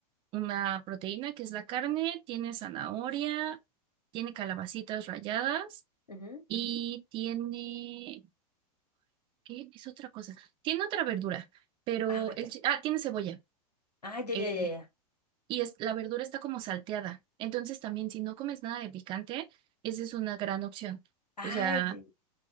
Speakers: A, on the right (about 25°); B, on the left (about 85°).
A: una proteína que es la carne, tiene zanahoria, tiene calabacitas ralladas
B: ya. Ujú.
A: y tiene, ¿qué es otra cosa? Tiene otra verdura, pero
B: Ah,
A: el,
B: ya.
A: chi- ah, tiene cebolla.
B: Ah, ya,
A: eh,
B: ya, ya, ya.
A: y es, la verdura está como salteada. Entonces también si no comes nada de picante, esa es una gran opción.
B: Ah,
A: O sea,
B: ya. ya.